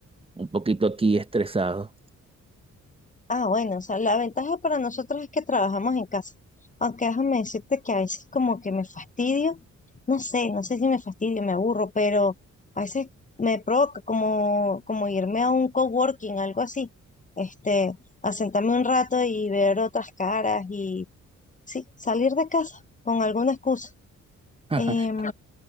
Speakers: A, on the right; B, on the left.
A: un poquito aquí estresado.
B: Ah, bueno, o sea, la ventaja para nosotros es que trabajamos en casa. Aunque déjame decirte que a veces como que me fastidio. No sé, no sé si me fastidio, me aburro, pero a veces me provoca como, como irme a un coworking, algo así. Este, a sentarme un rato y ver otras caras y sí, salir de casa con alguna excusa.
A: <laughs>
B: Em,